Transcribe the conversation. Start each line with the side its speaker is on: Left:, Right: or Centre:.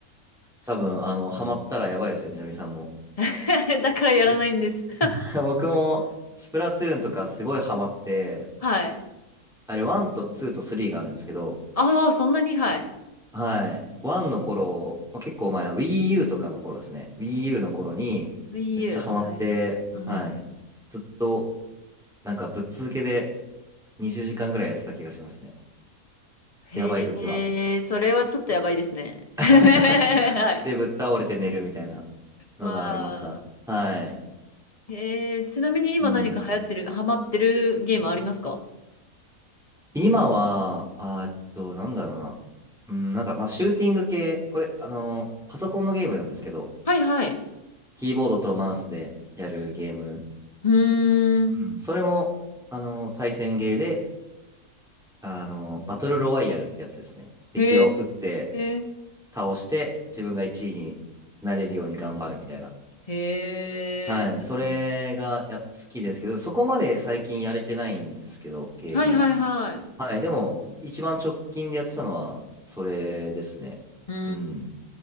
Left: そう
Centre: 多分、あの、ハマったらやばいですよ、みのりさんも。
Left: <laughs> だからやらないんです。
Centre: 僕 <laughs> 僕も、スプラトゥーンとかすごいハマって、
Left: はい。
Centre: あれ、1と2と3があるんですけど、
Left: ああ、そんなに、はい。
Centre: はい。1の頃、まあ、結構前、Wii U とかの頃ですね。Wii U の頃に、
Left: VU、
Centre: めっちゃハマって、
Left: はい。うん。
Centre: はい。ずっと、なんかぶっ続けで20時間ぐらいやってた気がしますね。
Left: へえ、
Centre: やばい時は。
Left: それはちょっとやばいですね。<laughs> はい。
Centre: <laughs> で、ぶっ倒れて寝るみたいなのがありました。
Left: わあ。
Centre: はい。
Left: へえ、ちなみに今何か流行ってる、
Centre: うん。
Left: ハマってるゲームありますか
Centre: 今は、あーっと、なんだろうな。うん、なんか、まあ、シューティング系、これ、あのパソコンのゲームなんですけど、
Left: はいはい。
Centre: キーボードとマウスでやるゲーム。
Left: うーん。
Centre: うん、それも、あの対戦ゲーで、あのバトルロワイヤルってやつですね。敵を撃って、
Left: へえ。
Centre: 倒して、自分が1位になれるように頑張るみたいな。
Left: へえ。
Centre: はい。それが、や、好きですけど、そこまで最近やれてないんですけど、ゲームは。
Left: はいはいはい。
Centre: はい。でも、一番直近でやってたのは、それですね。
Left: うー
Centre: うん。